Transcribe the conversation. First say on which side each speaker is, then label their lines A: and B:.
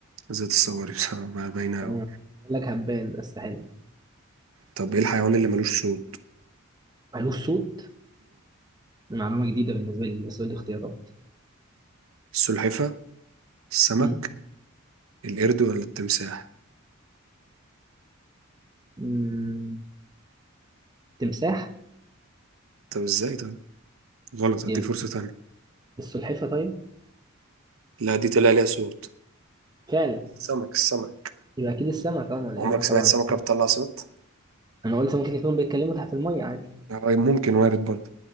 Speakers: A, on the right (about 75°); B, on the right (about 20°).
A: ذات الصواري <laughs> بصراحة بقى باينة
B: يعني
A: أوي
B: بقول لك هبان بس حلو
A: طب ايه الحيوان اللي ملوش صوت
B: مالوش صوت دي معلومة جديدة بالنسبة لي دي، بس قول لي اختيارات
A: السلحفة السمك
B: مم.
A: القرد ولا التمساح
B: مم. تمساح
A: طب ازاي طيب غلط هديك
B: يبقى
A: فرصة تانية
B: السلحفة طيب
A: لا دي طلع ليها صوت
B: فعلا
A: سمك السمك
B: يبقى أكيد السمك طبعا القرد
A: عمرك سمعت
B: طبعا
A: سمكة
B: السمك.
A: بتطلع صوت
B: أنا قلت ممكن يكونوا بيتكلموا تحت المية عادي
A: آه، ممكن وارد برضه